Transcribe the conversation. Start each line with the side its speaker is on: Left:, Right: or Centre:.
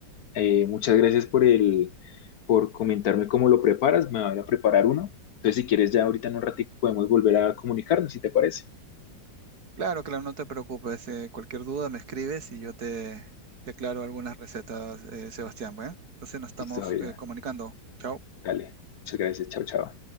Left: Eh, muchas gracias por el, por comentarme cómo lo preparas. Me voy a preparar uno. Entonces, si quieres, ya ahorita en un ratito podemos volver a comunicarnos, si te parece.
Right: Claro, claro, no te preocupes. eh, cualquier duda me escribes y yo te, te aclaro algunas recetas, eh, Sebastián. Bueno, entonces nos estamos
Left: Listo, Javier.
Right: eh, comunicando. Chao.
Left: Dale. Muchas gracias. Chao, chao.